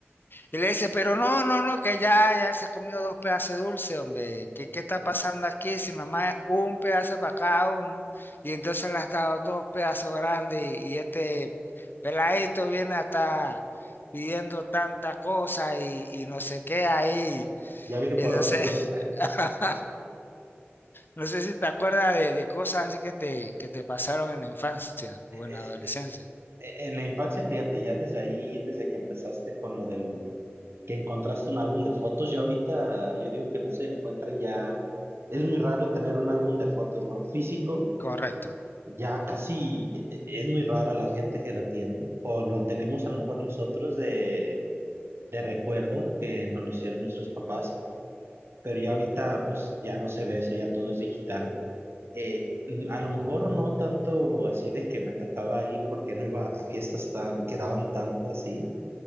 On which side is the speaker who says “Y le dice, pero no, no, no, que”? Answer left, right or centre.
Left